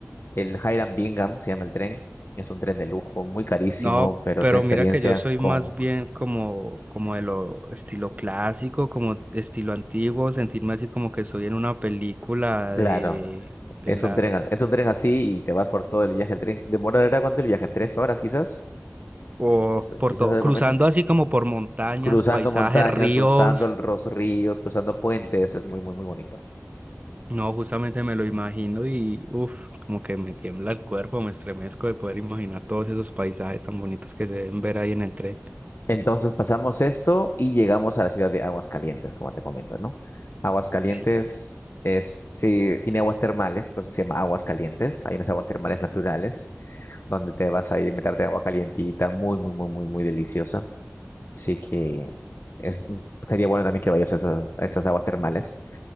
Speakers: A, on the left; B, on the right.
A: El Hiram Bingham se llama el tren. Es un tren de lujo, muy carísimo,
B: No,
A: pero
B: pero
A: es una experiencia
B: mira que yo soy
A: con...
B: más bien como, como de lo estilo clásico, como estilo antiguo, sentirme así como que estoy en una película
A: Claro,
B: de, de
A: es
B: la...
A: un tren, as- es
B: de-
A: un tren así y te vas por todo el viaje. El tren demorará cuánto el viaje, tres horas quizás,
B: o
A: quizás,
B: por
A: quizás
B: todo,
A: algo
B: cruzando
A: menos.
B: así como por montañas,
A: Cruzando
B: paisajes,
A: montañas,
B: ríos.
A: cruzando el- los ríos, cruzando puentes, es muy, muy, muy bonito.
B: No, justamente me lo imagino y uff, como que me tiembla el cuerpo, me estremezco de poder imaginar todos esos paisajes tan bonitos que se deben ver ahí en el tren.
A: Entonces pasamos esto y llegamos a la ciudad de Aguascalientes, como te comento, ¿no? Aguascalientes
B: Sí.
A: es, sí, tiene aguas termales, pues se llama Aguascalientes. Hay unas aguas termales naturales. donde te vas a ir a meterte agua calientita, muy, muy, muy, muy, muy deliciosa. Así que es- sería bueno también que vayas a esas, a estas aguas termales.